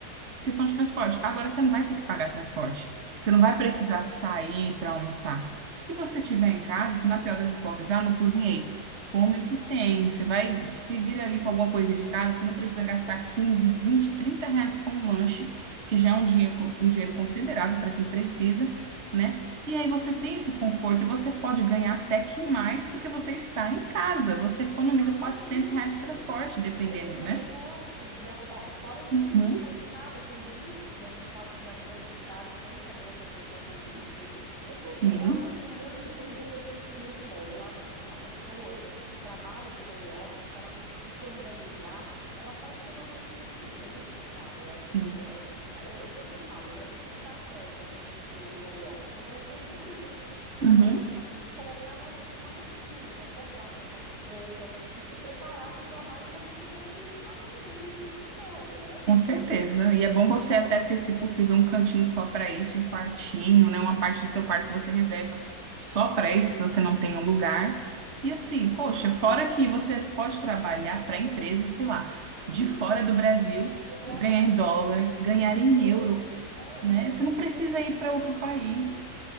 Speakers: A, on the right (about 45°); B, on the right (about 80°).
A: Questão de transporte. Agora você não vai ter que pagar transporte. Você não vai precisar sair para almoçar. O que você tiver em casa, se na pior das hipóteses, ah, não cozinhei. Come o que tem. Você vai se vira ali com alguma coisinha de casa, você não precisa gastar 15 20 30 reais com um lanche, que já é um dinheiro, um dinheiro considerável para quem precisa, né? E aí você tem esse conforto e você pode ganhar até que mais porque você está em casa. Você economiza
B: Exatamente.
A: 400 reais de transporte,
B: Imagina,
A: dependendo,
B: de transporte.
A: né?
B: E, a fo- e fora de você
A: Uhum.
B: sair de casa, ter riscos, né? A gente sabe que nas grandes cidades tem também essa questão do risco. Isso
A: Sim,
B: é- eu acho assim muito, tem benefícios muito bons. Eu acho que a pessoa que trabalha de home office, se ela conseguir se organizar, ela pode ter uma rotina excelente, sabe? Eu acho
A: sim.
B: que é, eu, eu sempre falo, né? Por que que dá certo para as pessoas o home office? Quando elas se organizam. Quando
A: Uhum,
B: elas conseguem colocar realmente uma rotina de acordar, trocar de roupa e se preparar para o trabalho como se estivesse indo sair mesmo para o escritório, né?
A: com certeza. E é bom você até ter, se possível, um cantinho só para isso, um quartinho, né? Uma parte do seu quarto que você reserva só para isso, se você não tem um lugar. E assim,
B: Exato.
A: poxa, fora que você pode trabalhar para empresas, sei lá,
B: Sim,
A: de fora do Brasil,
B: no Brasil
A: ganhar em dólar, ganhar em
B: trouxe,
A: euro,
B: é,
A: né?
B: trouxe
A: Você não
B: essa
A: precisa
B: possibilidade
A: ir para outro país.